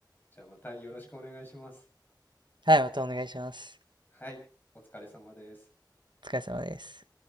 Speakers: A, on the left; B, on the right.
A: じゃあまたよろしくお願いします。
B: はい、またお願いします。
A: はい、お疲れ様です。
B: お疲れ様です。